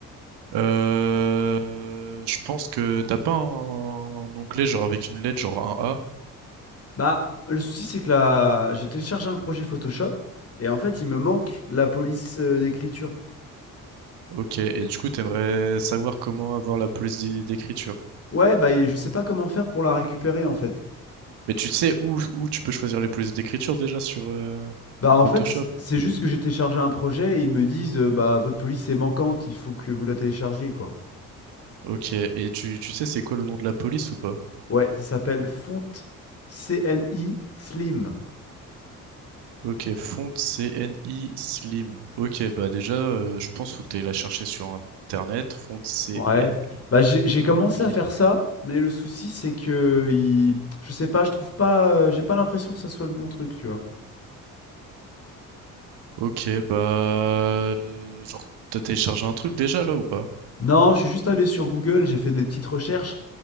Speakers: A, on the right; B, on the left.
A: Euh, je pense que t'as pas un onglet genre avec une lettre, genre un A.
B: Bah, le souci, c'est que là, j'ai téléchargé un projet Photoshop et en fait, il me manque la police euh, d'écriture.
A: Ok, et du coup, t'aimerais savoir comment avoir la police d'é- d'écriture.
B: Ouais, bah, et je sais pas comment faire pour la récupérer en fait.
A: Mais tu sais où, où tu peux choisir les polices d'écriture déjà sur euh,
B: Bah, en
A: Photoshop?
B: fait, c- c'est juste que j'ai téléchargé un projet et ils me disent, euh, bah, votre police est manquante, il faut que vous la téléchargiez, quoi.
A: Ok, et tu, tu sais c'est quoi le nom de la police ou pas?
B: Ouais, ça s'appelle Fonte CNI Slim.
A: Ok, font CNI Slim. Ok, bah déjà, euh, je pense faut que t'ailles la chercher sur Internet, font CNI
B: Ouais. Bah, j'ai j'ai commencé
A: Slim.
B: à faire ça, mais le souci, c'est que il... je sais pas, je trouve pas, euh, j'ai pas l'impression que ça soit le bon truc, tu vois.
A: Ok, bah... euh, Genre, t'as téléchargé un truc déjà, là, ou pas?
B: Non, je suis juste allé sur Google, j'ai fait des petites recherches,